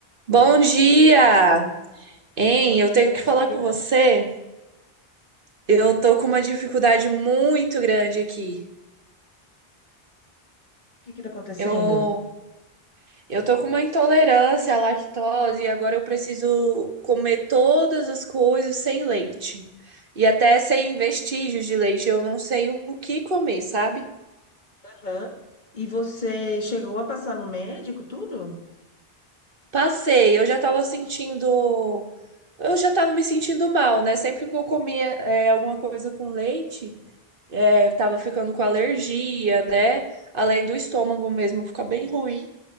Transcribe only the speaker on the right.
Bom dia! Hein,
eu tenho
que falar
com você. Eu tô com uma dificuldade muito grande aqui.
Eu, eu tô com uma intolerância à lactose e agora eu preciso comer todas as coisas sem leite. E até sem vestígios de leite. Eu não sei o o que comer, sabe?
Passei, eu já tava sentindo. Eu já tava me sentindo mal, né? Sempre que eu comia, é, alguma coisa com leite. É, eu tava ficando com alergia, né? Além do estômago mesmo ficar bem ruim.